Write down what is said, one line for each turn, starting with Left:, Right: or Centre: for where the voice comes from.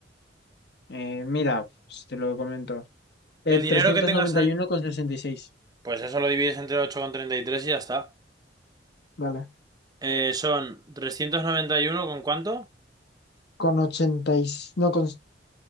Left: eh, mira, pues, te lo comento. Eh,
Right: El
Left: trescientos
Right: dinero que tengas
Left: noventa
Right: ahí,
Left: y uno con sesenta y seis
Right: pues eso lo divides entre ocho coma treinta y tres y ya está.
Left: Vale.
Right: Eh, son 391 con cuánto,
Left: Con ochenta y, no, con